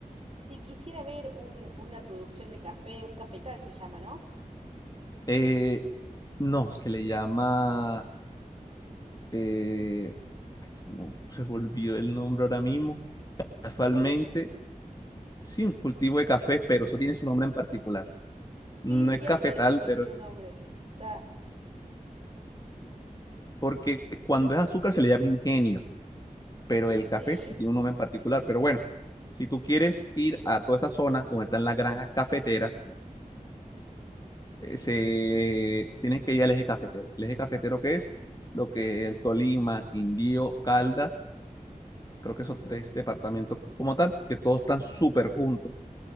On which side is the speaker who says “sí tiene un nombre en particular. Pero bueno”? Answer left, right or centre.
Left